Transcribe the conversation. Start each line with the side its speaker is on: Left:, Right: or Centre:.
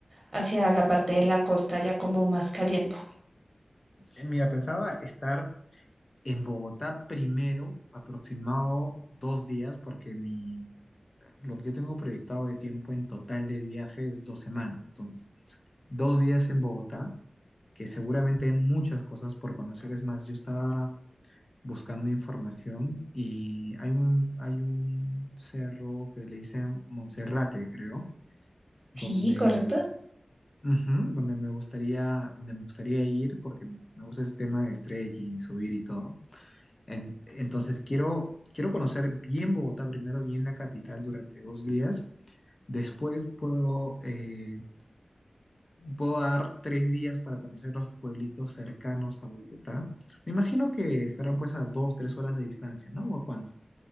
Right: hacia la parte de la costa ya como más caliente?
Left: Eh, Mira, pensaba estar en Bogotá primero, aproximado dos días, porque mi, lo que yo tengo proyectado de tiempo en total de viaje es dos semanas. Entonces, dos días en Bogotá, que seguramente hay muchas cosas por conocer. Es más, yo estaba buscando información y hay un, hay un cerro que le dicen Monserrate, creo, donde
Right: Sí, correcto.
Left: Ujú, donde me gustaría, donde me gustaría ir porque me gusta ese tema del trekking, subir y todo. En- entonces quiero, quiero conocer bien Bogotá primero, bien la capital durante dos días. Después puedo, eh, puedo dar tres días para conocer los pueblitos cercanos a Bogotá. Me imagino que estarán pues a dos, tres horas de distancia, ¿no? ¿O a cuánto?